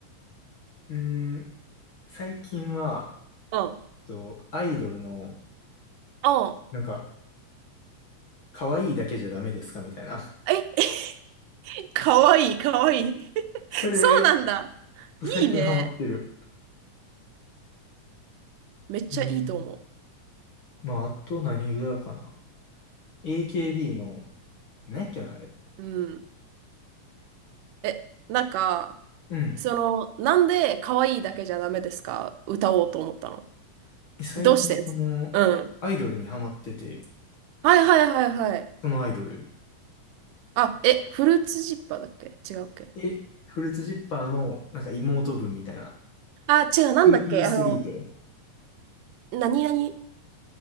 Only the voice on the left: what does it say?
うーん、最近は、
えっと、アイドルの、
なんか、可愛いだけじゃダメですかみたいな。<laughs>
それ、
と最近ハマってる。
うん。まあ、あと何ぐらいかな。AKB の、何やっけな、あれ。
うん。
最近、
その、アイドルにハマってて、
そのアイドル。
え、フルーツジッパーの、なんか妹分みたいな。
キューティーストリート。